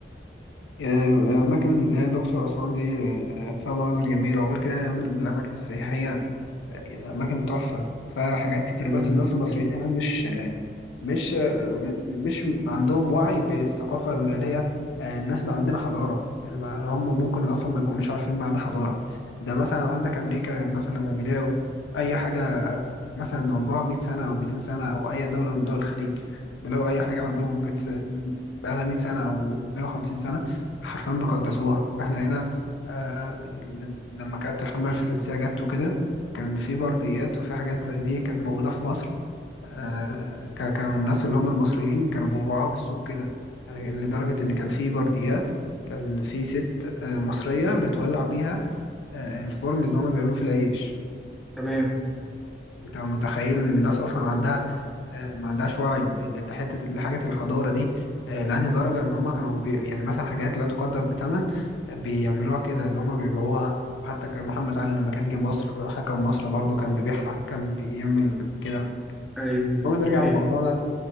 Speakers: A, on the left (about 85°); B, in the centre.
A: آآ، أماكن اللي هي الأقصر وأسوان دي آآ، فيها مناظر جميلة وغير كده هي من من الأماكن السياحية آآ، أماكن تحفة، فيها حاجات كتير
B: امم
A: بس الناس المصريين هنا مش مش مش عندهم وعي بالثقافة اللي هي آه، إن إحنا عندنا حضارة يعني ما هم ممكن أصلا ما يكونوش عارفين معنى حضارة ده مثلا عندك أمريكا يعني مثلا لما بيلاقوا أي حاجة مثلا عمرها 100 سنة أو 200 سنة أو أي دولة من دول الخليج بيلاقوا أي حاجة عندهم بت... بقالها 100 سنة أو 150 سنة حرفيا بيقدسوها إحنا هنا آه لما كانت الحملة الفرنسية جت وكده كان في برديات وفي حاجات زي دي كانت موجودة في مصر آه، ك- كانوا الناس اللي هم المصريين كانوا بيبيعوها بالسوق كده يعني لدرجة إن كان في برديات كان في ست آه، مصرية بتولع بيها آه، الفرن اللي هم بيعملوا فيه العيش
B: تمام
A: أنت متخيل إن الناس أصلا عندها آه، ما عندهاش وعي ل- لحتة لحاجة الحضارة دي آه، لأنهي درجة إن هم كانوا بي يعني مثلا حاجات لا تقدر بثمن آه، بيعملوها كده اللي هم بيبيعوها حتى كان محمد علي لما كان جه مصر حكم مصر برضه كان بيبيعها كان بيعمل كده
B: ايوه
A: المهم نرجع
B: دي حقيقة
A: لموضوعنا